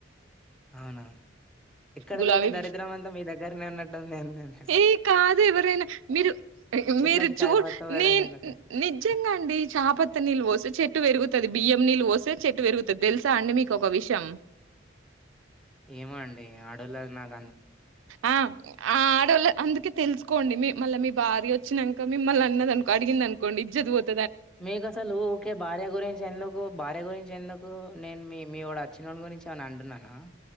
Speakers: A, in the centre; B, on the right.
A: అవునా ఎక్కడ
B: గులాబీ
A: లేని దరిద్రం అంతా మీ దగ్గరనే ఉన్నట్టుంది ఏందిది
B: ఏ కాదు ఎవరైనా మీరు
A: చెట్లకి
B: మీరు చూ
A: చాయ్ పత్తా పోయడం
B: నే
A: ఏంటో
B: నిజంగా అండి చాపత్త నీళ్ళు పోసి చెట్టు పెరుగు తది బియ్యం నీళ్ళు పోస్తే చెట్టు పెరుగుతది తెల్సా అండి మీకు ఒక విషయం
A: ఏమో అండి ఆడోల్లవి నాక్
B: ఆ ఆ ఆడోల్ల అందుకే తెలుసుకోండి మీ మళ్ళా మీ భార్య వచ్చినంక మిమ్మల్ని అన్నది అనుకో అడిగింది అనుకోండి ఇజ్జత్ పోత్
A: మీకు అసలు ఊకే భార్య గురించి ఎందుకు భార్య గురించి ఎందుకు నేను మీ మీ ఒడ చిన్నోని గురించి ఏమన్న అంటున్నానా